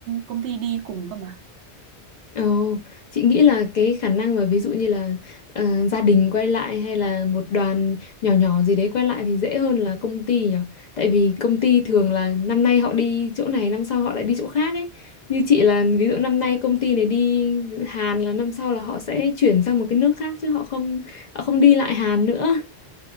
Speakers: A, on the right; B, on the left.
A: công ty đi cùng cơ mà
B: Ồ, chị nghĩ là cái khả năng mà ví dụ như là ờ, gia đình quay lại hay là một đoàn nhỏ nhỏ gì đấy quay lại thì dễ hơn là công ty nhỉ? Tại vì công ty thường là năm nay họ đi chỗ này, năm sau họ lại đi chỗ khác ấy. Như chị là ví dụ năm nay công ty này đi Hàn là năm sau là họ sẽ chuyển sang một cái nước khác chứ họ không họ không đi lại Hàn nữa.